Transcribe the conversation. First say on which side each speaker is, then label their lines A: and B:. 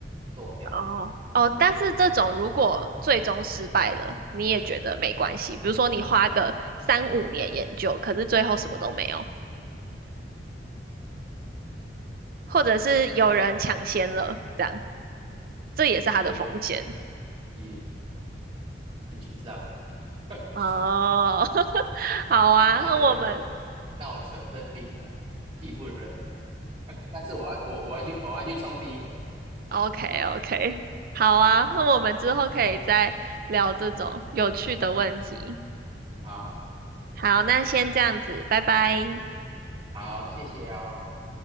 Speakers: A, on the right; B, on the right.
A: 做这样子，
B: 哦哦，但是这种如果最终失败了，你也觉得没关系。比如说你花个三五年研究，可是最后什么都没有，或者是有人抢先了，这样这也是它的风险
A: 结果也很沮丧啊。<laughs>
B: 哦。<laughs> 好啊，
A: 那也能认，
B: 那我们
A: 那我只能认命啊，技不如人这样。<laughs> 但是我要我我要去我要去冲第一个，
B: OK OK，
A: 嗯
B: 好啊，那我们之后可以再聊这种有趣的问题。
A: 嗯，好
B: 好，那先这样子，拜拜。
A: 好，谢谢哦。